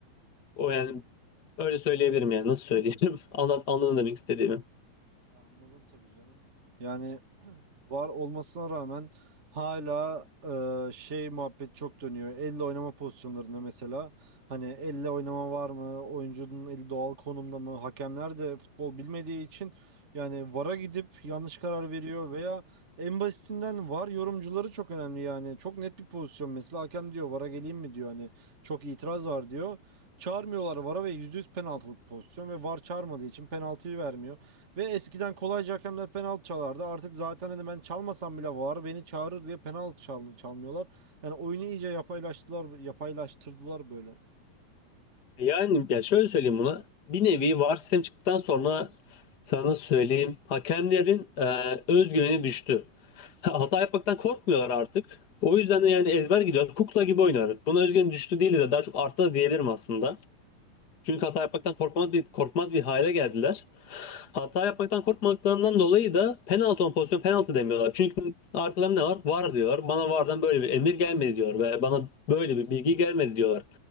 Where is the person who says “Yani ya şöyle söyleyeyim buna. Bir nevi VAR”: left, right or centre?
Left